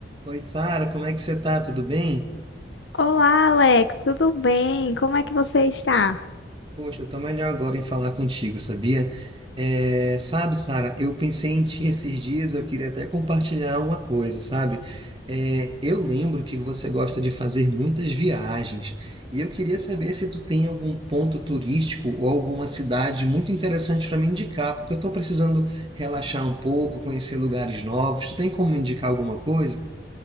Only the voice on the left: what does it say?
Olá, Alex, tudo bem? Como é que você está?